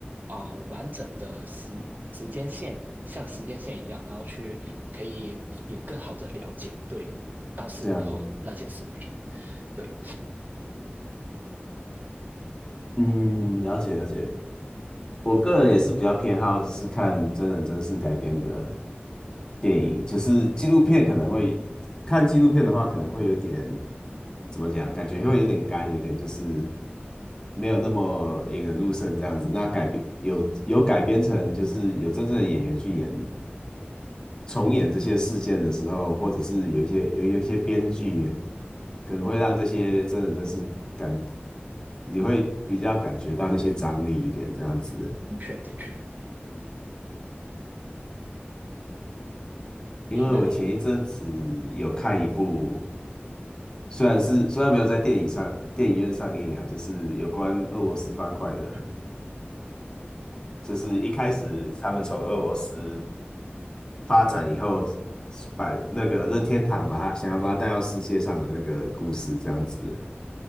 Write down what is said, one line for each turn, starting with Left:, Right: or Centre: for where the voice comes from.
Right: 啊、呃完整的时时间线，像时间线一样，然后去可以有更好的了解对当时候那件事情。
Left: 这样，
Right: 对，
Left: 嗯，了解了解。我个人也是比较偏好是看真人真事改编的电影，就是纪录片可能会看纪录片的话，可能会有点怎么讲，感觉会有点干，有点就是没有那么引人入胜这样子。那改编有有改编成就是有真正的演员去演重演这些事件的时候，或者是有一些有有一些编剧。可能会让这些真人真是感，你会比较感觉到那些张力一点这样子。
Right: 的确的确。
Left: 因为我前一阵子有看一部，
Right: 哎，那你
Left: 虽然是虽然没有在电影上电影院上映啊，就是有关俄罗斯方块的，
Right: 嗯
Left: 就是一开始他们从俄罗斯发展以后，把那个任天堂把它想要把它带到世界上的那个故事这样子。